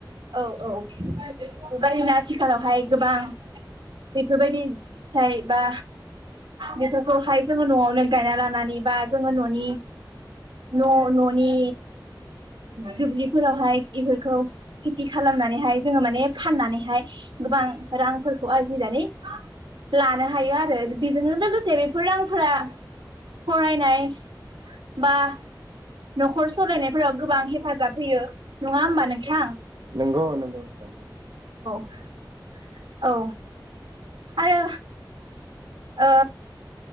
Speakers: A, on the right; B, on the right.
A: औ औ बेबायदिनो आथिखालावहाय गोबां बेफोरबायदि फिथाइ बा बेफोरखौहाय जोङो न'आवनो गायना लानानै बा जोङो न'नि न न'नि दुब्लिफोरावहाय बेफोरखौ खेथि खालामनानैहाय जोङो माने फाननानैहाय गोबां रांफोरखौ आरजिनानै लानो हायो आरो बेजोंनो लोगोसे बेफोर रांफोरा फरायनाय बा न'खर सालायनायफोराव गोबां हेफाजाब होयो नङा होमबा नोंथां।
B: नगौ नंगौ नोंथां
A: <inaudible> औ आरो ओ